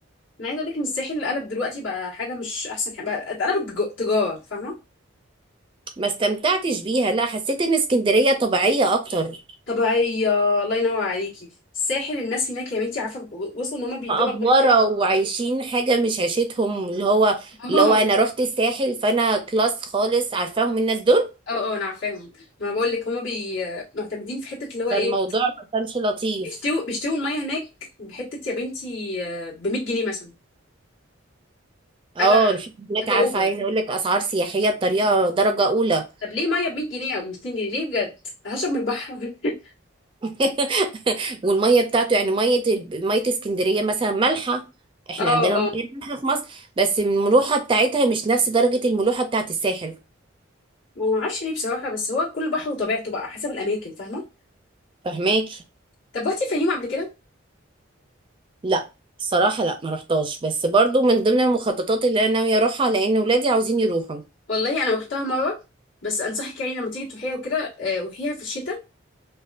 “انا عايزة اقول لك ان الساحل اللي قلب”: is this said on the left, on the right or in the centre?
Left